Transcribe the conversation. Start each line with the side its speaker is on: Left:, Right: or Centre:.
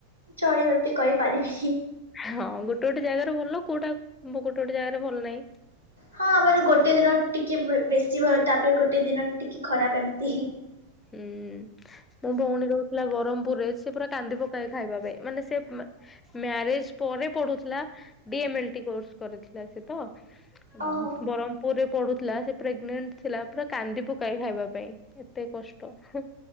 Right: ଚଳିବ ଏତେ କହିପାରିବିନି।
Left: ହଁ, ଗୋଟେ, ଗୋଟେ ଜାଗାରେ ଭଲ କୋଉଟା ଗୋଟେ, ଗୋଟେ ଜାଗାରେ ଭଲ ନାହିଁ।
Right: ହଁ, ଆମର ଗୋଟେ ଦିନ ଟିକେ ବେ ବେଶୀ ଭଲ ତାପରେ ଗୋଟେ ଦିନ ଟିକେ ଖରାପ ଏମିତି ହିଁ।
Left: ହୁଁ ମୋ ଭଉଣୀ ରହୁଥିଲା ବ୍ରହ୍ମପୁର ରେ ସେ ପୁରା କାନ୍ଦି ପକାଏ ଖାଇବା ପାଇଁ ମାନେ ସେ ମ୍ୟାରେଜ ପରେ ପଢୁଥିଲା ଡି ଏମ ଏଲଟି କୋର୍ସ କରିଥିଲା ସେ ତ ହୁ
Right: ଓହୋ
Left: ବରମ। ପୁରୀ ରେ ପଢୁଥିଲା ସେ ପ୍ରେଗନେଣ୍ଟ ଥିଲା ପୁରା କାନ୍ଦି ପକାଏ ଖାଇବା ପାଇଁ ଏତେ କଷ୍ଟ। ପକ୍ଷ